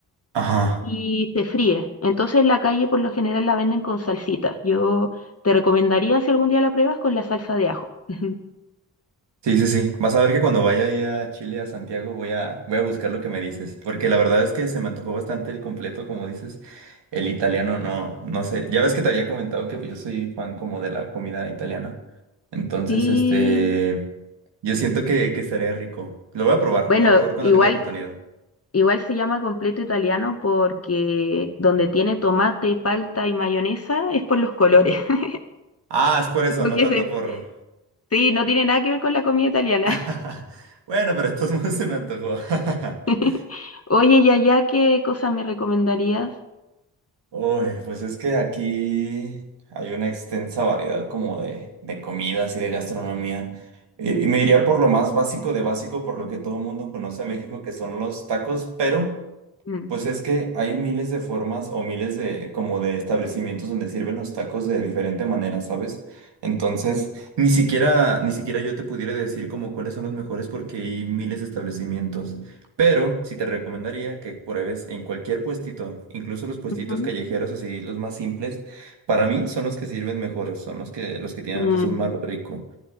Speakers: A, on the right (about 80°); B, on the left (about 35°).
A: ajá.
B: y se fríe. Entonces en la calle por lo general la venden con salsita. Yo te recomendaría si algún día la pruebas con la salsa de ajo. <laughs>
A: Sí, sí, sí. Vas a ver que cuando vaya ahí a Chile, a Santiago, voy a, voy a buscar lo que me dices. Porque la verdad es que se me antojó bastante el completo, como dices. El italiano, no, no sé. Ya ves que te había comentado que pues, yo soy fan como de la comida italiana. Entonces,
B: Sí.
A: este, yo siento que, que estaría rico. Lo voy a probar,
B: Bueno,
A: lo voy a probar cuando
B: igual
A: tenga la oportunidad.
B: Igual se llama completo italiano porque donde tiene tomate, palta y mayonesa es por los colores. <laughs>
A: Ah, es por eso,
B: Porque
A: no tanto
B: se-
A: por...
B: sí, no tiene nada que ver con la comida italiana.
A: <laughs> Bueno, pero de todos modos se me antojó. <laughs>
B: <laughs> Oye, y allá, ¿qué cosas me recomendarías?
A: Uy, pues es que aquí hay una extensa variedad como de, de comidas y de gastronomía. Y, y me iría por lo más básico de básico, por lo que todo el mundo conoce a México, que son los tacos, pero
B: Mm,
A: pues es que hay miles de formas o miles de como de establecimientos donde sirven los tacos de diferente manera, ¿sabes? Entonces, ni siquiera ni siquiera yo te pudiera decir como cuáles son los mejores porque hay miles de establecimientos, pero sí te recomendaría que pruebes en cualquier puestito, incluso los puestitos
B: ujú,
A: callejeros así los más simples, para mí son los que sirven mejores, son los que los que tienen
B: mm,
A: un sazón más rico.